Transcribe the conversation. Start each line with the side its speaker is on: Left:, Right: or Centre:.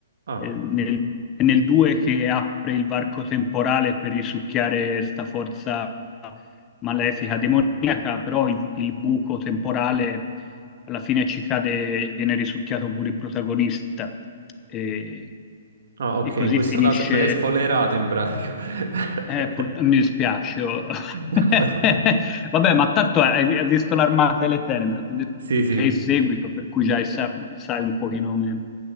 Right: Ah,
Left: eh, nel, è nel 2 che apre il varco temporale per risucchiare sta forza malefica, demoniaca, però il, il buco temporale alla fine ci cade, viene risucchiato pure il protagonista e,
Right: ah, ok,
Left: e così
Right: in questo
Left: finisce.
Right: caso me l'hai spoilerato in pratica. <laughs>
Left: Eh, pur- mi dispiace. oh.
Right: No.
Left: <laughs> Vabbè, ma tanto hai, hai visto l'Armata delle Tenebre, ti ho detto
Right: Sì, sì.
Left: che è il seguito, per cui già sa- sai un pochino meno.